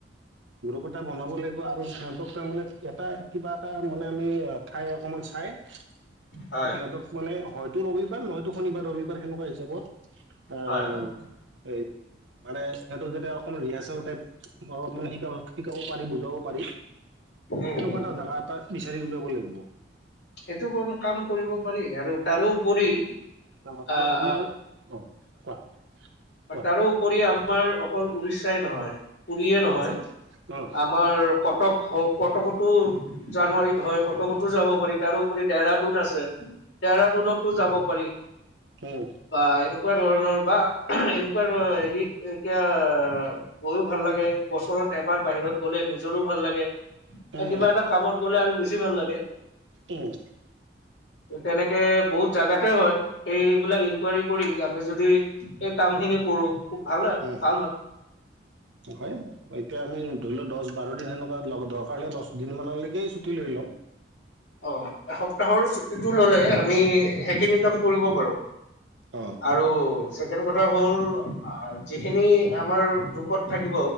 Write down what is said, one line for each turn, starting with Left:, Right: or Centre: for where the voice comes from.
Right: গ্ৰুপ এটা বনাব লাগিব আৰু সিহঁতক তাৰমানে এটা কিবা এটা মানে আমি ঠাই অকমান চাই সিহঁতক
Left: হয়
Right: মানে হয়তো ৰবিবাৰ নহয়তো শনিবাৰ ৰবিবাৰ ত'সেনেকুৱা হিচাপত আহ
Left: হয় হয়
Right: এই মানে সিহঁত যেতিয়া অকমান ৰিহাৰ্চেল টাইপ অলপ মানে শিক শিকাব পাৰি বুজাব পাৰি
Left: উম
Right: সেনেকুৱা
Left: উম
Right: এটা
Left: উম
Right: জেগা এটা হেৰি উলাব লাগিব
Left: সেইটো কম কাম কৰিব পাৰি আৰু তাৰোপৰি
Right: অ',
Left: আহ
Right: আৰু আমাৰ, অ', কোৱা। কোৱা
Left: তাৰো উপৰি আমাৰ অকল উৰিষ্যাই নহয় পুৰিয়ে নহয়
Right: অ চ অ
Left: আমাৰ কটক হ'ক কটকটো জানুৱাৰীত হয় কতকত যাব পাৰি তাৰোপৰি ডেহৰাডুন আছে ডেহৰাডুনতো যাব পাৰি।
Right: হয়।
Left: বা এনেকুৱা ধৰণৰ বা এনেকুৱা ধ হেৰি এতিয়া গৈও ভাল লাগে বছৰত এবাৰ বাহিৰত গ'লে নিজৰো ভাল লাগে।
Right: উম,
Left: কিবা এটা কামত গ'লে আৰু বেছি ভাল লাগে।
Right: উম,
Left: তেনেকে বহুত জেগাতে হয় সেইবিলাক ইনকুৱাৰী কৰি আমি যদি এই কাম খিনি কৰো। খুব ভাল
Right: উম
Left: ভাল হয়
Right: হয় এতিয়া আমি ধৰি লওঁ দহ ব বাৰ দিন সেনেকুৱা লগত দৰকাৰ হলে দচ দিন মানলৈকে ছুটি লৈ ল'ম।
Left: অ', এসপ্তাহৰ চুটিটো ল'লে আমি সেইখিনি কাম কৰিব পাৰো।
Right: অ',
Left: আৰু ছেকেণ্ড কথা হ'ল যিখিনি আমাৰ গ্ৰুপত থাকিব